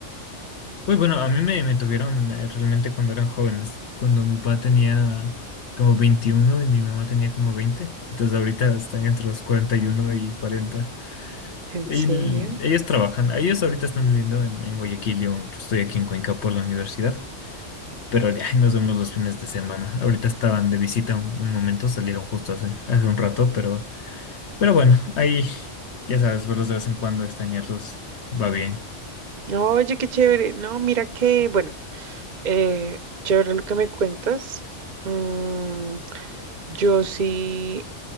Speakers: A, on the left; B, on the right.
A: Uy, bueno, a mí me, me tuvieron eh, realmente cuando eran jóvenes, cuando mi papá tenía como 21 y mi mamá tenía como veinte entonces ahorita están entre los cuarenta y 40. Y cuarenta.
B: ¿En
A: Y
B: serio?
A: l- ellos trabajan, ellos ahorita están viviendo en, en Guayaquil, yo, yo estoy aquí en Cuenca por la universidad, pero ay, nos vemos los fines de semana. Ahorita estaban de visita un, un momento, salieron justo hace, hace un rato, pero, pero bueno, ahí ya sabes, verlos de vez en cuando, extrañarlos va bien.
B: No, Oye, qué chévere. No, mira que, bueno, eh, chévere lo que me cuentas. Mm, yo sí,